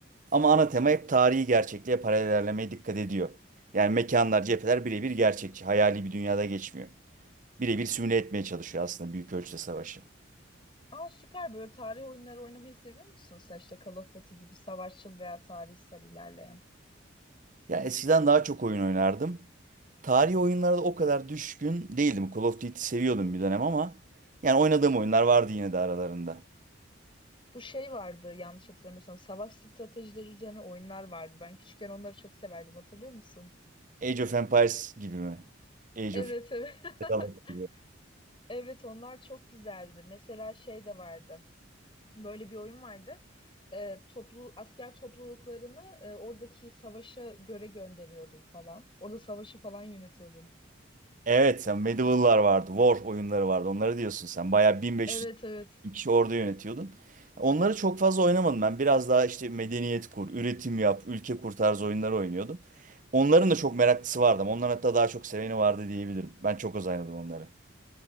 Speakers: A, on the right; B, on the left.
A: Ama ana tema hep tarihi gerçekliğe paralel ilerlemeye dikkat ediyor. Yani mekanlar, cepheler birebir gerçekçi. Hayali bir dünyada geçmiyor. Birebir simüle etmeye çalışıyor aslında büyük ölçüde savaşı.
B: Aa süper. Böyle tarih oyunları oynamayı seviyor musun sen? İşte Call of Duty gibi savaşçıl veya tarihsel ilerleyen.
A: Ya eskiden daha çok oyun oynardım. Tarihi oyunlara da o kadar düşkün değildim. Call of Duty seviyordum bir dönem ama yani oynadığım oyunlar vardı yine de aralarında.
B: Bu şey vardı yanlış hatırlamıyorsam savaş stratejileri üzerine oyunlar vardı. Ben küçükken onları çok severdim hatırlıyor musun?
A: Age of Empires gibi mi? Age
B: Evet
A: of
B: evet. <laughs>
A: Empires gibi.
B: Evet onlar çok güzeldi. Mesela şey de vardı. Böyle bir oyun vardı. Ee, toplu asker topluluklarını e, oradaki savaşa göre gönderiyordum falan. Orada savaşı falan yönetiyordum.
A: Evet, sen Medieval'lar vardı, War oyunları vardı. Onları diyorsun sen. Bayağı 1500
B: Evet evet.
A: kişi orada yönetiyordun. Onları çok fazla oynamadım ben. Biraz daha işte medeniyet kur, üretim yap, ülke kur tarzı oyunları oynuyordum. Onların da çok meraklısı vardı ama onların hatta daha çok seveni vardı diyebilirim. Ben çok az oynadım onları.